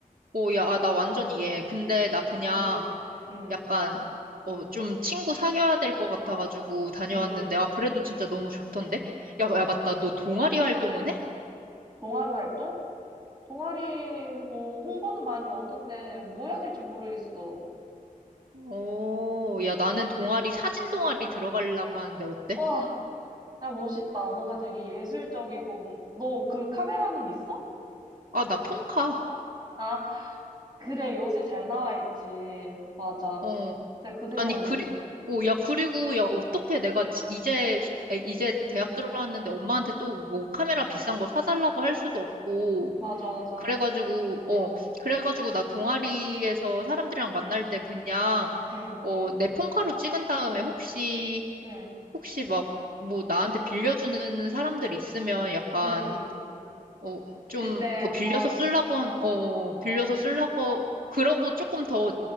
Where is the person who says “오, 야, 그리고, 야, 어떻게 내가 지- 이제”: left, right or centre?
Right